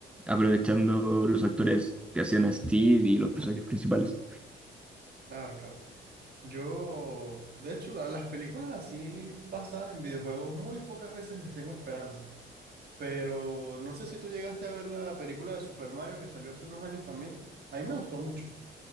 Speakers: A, in the centre; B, on the right.
A: aprovechando los actores que hacían a Steve y los personajes principales.
B: Claro, claro. Yo, de hecho, la- las películas así basadas en videojuegos muy pocas veces les tengo esperanza. Pero no sé si tú llegaste a ver la película de Super Mario que salió hace unos años también. A mí me gustó mucho.